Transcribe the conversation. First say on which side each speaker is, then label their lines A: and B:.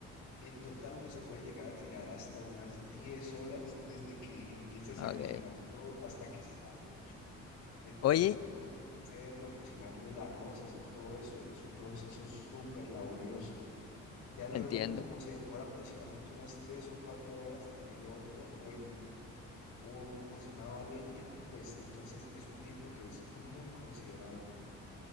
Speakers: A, on the left; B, on the left.
A: En total uno se puede llegar a tirar hasta unas 10 horas desde que empiezas
B: Ok.
A: a cocinar todo hasta que está, porque el proceso
B: Oye,
A: de cocinar cerdo, cocinarle el arroz, hacer todo eso, es un proceso súper laborioso. Ya luego,
B: entiendo,
A: como se demora aproximadamente unas 3 o 4 horas en el horno o en o cocinado a leña, pues entonces es un tiempo que es muy considerable.